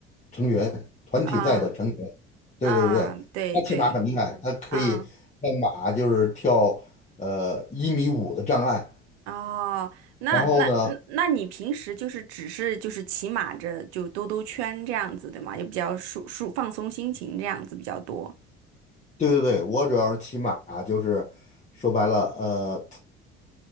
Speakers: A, on the left; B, on the right.
A: 成员，团体赛的成员。
B: 啊
A: 对对对，
B: 啊，对对
A: 他骑马很厉害，他可以让马就是跳呃一米五的障碍。
B: 啊哦，那那那那你平时就是只是就是骑马着就兜兜圈这样子对吗？
A: 然后呢，
B: 也比较舒舒放松心情这样子比较多。
A: 对对对，我主要是骑马，就是说白了，呃，